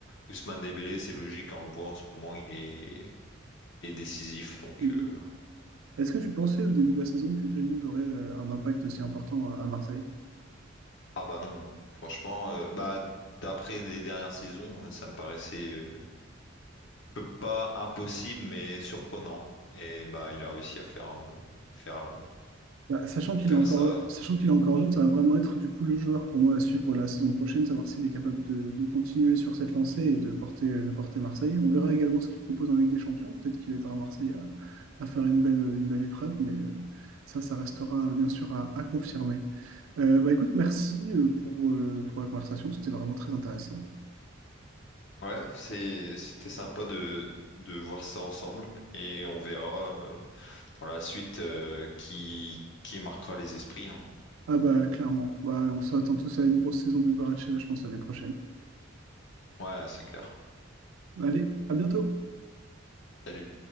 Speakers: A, on the left; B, on the right.
A: Ousmane Dembélé, c'est logique, hein, on le voit en ce moment, il est, il est décisif. Donc,
B: Mhm.
A: euh,
B: Est-ce que tu pensais au début de la saison que Greenwood aurait euh, un impact aussi important à à Marseille?
A: ah bah non, franchement, euh, bah, d'après les dernières saisons, euh, ça me paraissait euh, peu- pas impossible, mais surprenant. Et bah, il a réussi à faire. euh, faire
B: Bah, sachant qu'il
A: faire
B: est encore,
A: ça.
B: sachant qu'il est encore jeune, ça va vraiment être du coup le joueur pour moi à suivre la saison prochaine, savoir s'il est capable de, de continuer sur cette lancée et de porter, de porter Marseille. On verra également ce qu'il propose en Ligue des Champions. Peut-être qu'il aidera Marseille à, à faire une belle, une belle épreuve, mais euh, ça, ça restera bien sûr à, à confirmer. Euh, bah écoute, merci euh, pour, euh, pour la conversation, c'était vraiment très intéressant.
A: Ouais, c'est, c'était sympa de, de voir ça ensemble et on verra euh, pour la suite euh, qui, qui marquera les esprits, hein.
B: Ah bah clairement, bah, on s'attend tous à une grosse saison de Goratchela, je pense, l'année prochaine.
A: Ouais, c'est clair.
B: Allez, à bientôt!
A: Salut.